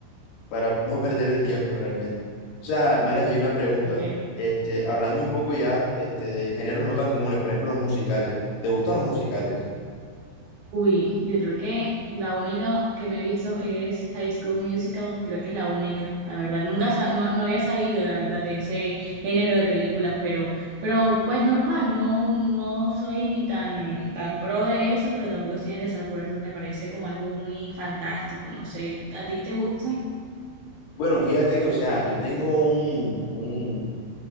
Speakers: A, on the left; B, on the right.
A: para <laughs> no perder el tiempo realmente. O sea, Mares, hay una pregunta.
B: Ok.
A: Este, hablando un poco ya este, de géneros no tan comunes, por ejemplo, los musicales. ¿Te gustan los musicales?
B: Uy, yo creo que la única que me he visto es High School Musical, creo que es la única, la verdad. Nunca sa- no, no había sabido, la verdad, de ese género de películas, pero, pero pues normal, no, no soy ni tan, tan pro de eso, pero tampoco estoy en desacuerdo, me parece como algo muy fantástico, no sé, ¿a ti te gusta?
A: Bueno, fíjate que, o sea, yo tengo un, un,